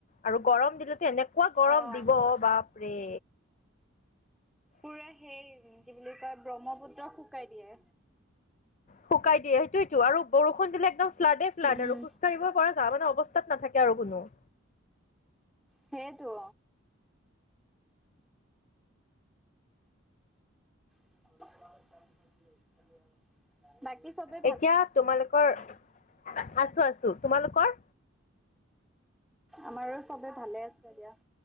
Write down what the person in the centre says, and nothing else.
অ',
পুৰা সেই, কি বুলি কয়, ব্ৰহ্মপুত্ৰক শুকাই দিয়ে।
উম
সেইটো। <unintelligible> বাকী সবে
আমাৰো সবে ভালে আছে দিয়া।